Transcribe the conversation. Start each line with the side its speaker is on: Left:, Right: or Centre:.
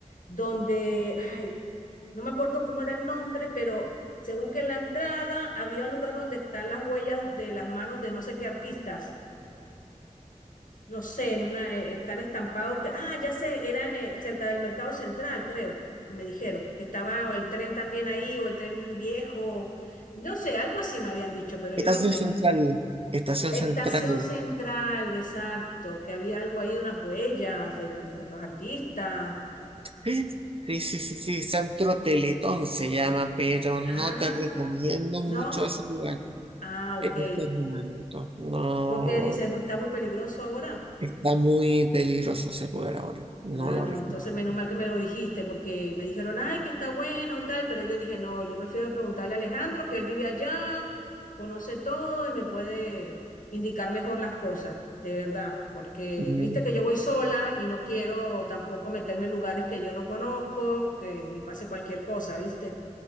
Left: donde, ay, no me acuerdo cómo era el nombre, pero según que en la entrada había un lugar donde están las huellas de las manos de no sé qué artistas, no sé, en una, eh, están estampados que, ah, ya sé, eran eh, cerca del Mercado Central, creo, que me dijeron, que estaba el tren también ahí o el tren viejo, no sé, algo así me habían dicho, pero yo
Right: Estación
Left: no sé.
Right: Central, Estación
Left: Estación
Right: Central.
Left: Central, exacto, que había algo ahí de unas huellas de los, de los artistas.
Right: Sí, sí, sí, sí, sí, Centro Teletón se llama, pero no
Left: Ah,
Right: te recomiendo
Left: ¿no?
Right: mucho ese lugar
Left: Ah,
Right: en
Left: ok.
Right: estos momentos. No,
Left: Porque dice, "Es muy- está muy peligroso ahora.
Right: está muy peligroso ese lugar ahora, no
Left: Ah,
Right: lo
Left: no,
Right: recomiendo.
Left: entonces menos mal que me lo dijiste, porque me dijeron, ay, que está bueno y tal, pero yo dije, no, yo prefiero preguntarle a Alejandro, que él vive allá, conoce todo y me puede indicar mejor las cosas, de verdad, porque
Right: Mm,
Left: viste que yo voy sola y no quiero tampoco meterme en lugares que yo no conozco, que me pase cualquier cosa, ¿viste?